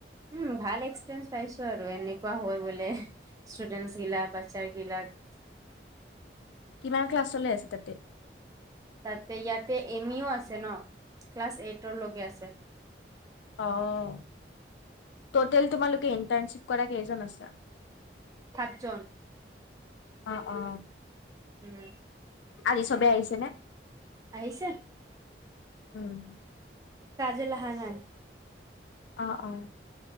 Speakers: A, on the right (about 20°); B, on the left (about 80°).
A: উম, ভাল এক্সপিৰিয়েন্ঞ্চ পাইছো আৰু এনেকুৱা হয় বোলে ষ্টুডেন্টচ গিলাক, বাচ্ছাৰ গিলাক।
B: কিমান ক্লাছলৈ আছে তাতে?
A: তাতে ইয়াতে এনিও আছে ন', ক্লাছ এইটৰ লগে আছে।
B: অঁ, টোটেল তোমালোকে ইণ্টাৰ্ণশ্বিপ কৰা কেইজন আছা?
A: সাতজন।
B: অঁ, অঁ।
A: উম।
B: আজি চবে আহিছে নে?
A: আহিছে।
B: উম।
A: তাজিল অহা নাই?
B: অঁ, অঁ,